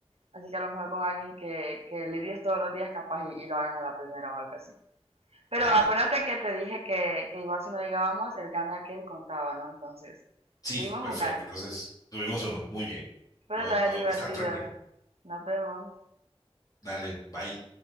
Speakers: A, on the right; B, on the left.
A: Así que a lo mejor con alguien que, que lidies todos los días capaz y, y lo hagan a la primera o algo así. Pero
B: dale,
A: acuérdate que te dije que, que igual si no llegábamos, el gane aquel contaba, ¿no? Entonces,
B: sí,
A: tuvimos
B: perfecto,
A: un gane.
B: entonces tuvimos uno, muy bien,
A: Espero
B: puedo
A: te hayas divertido.
B: estar tranquilo,
A: Nos vemos.
B: dale, bye.